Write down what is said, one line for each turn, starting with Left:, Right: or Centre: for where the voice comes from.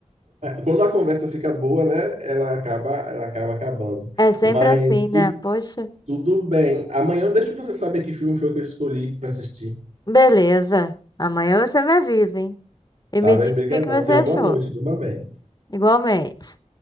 Right: quando a conversa fica boa, né? Ela acaba, ela acaba acabando.
Left: É sempre
Right: Mas
Left: assim, né?
Right: tu-
Left: Poxa.
Right: tudo bem. Amanhã eu deixo você saber que filme foi que eu escolhi para assistir.
Left: Beleza. Amanhã você me avisa, hein? E
Right: Tá
Left: me
Right: bem?
Left: diz
Right: Obrigadão.
Left: o que que você
Right: Tenha
Left: achou.
Right: uma boa noite. Tudo bem.
Left: Igualmente.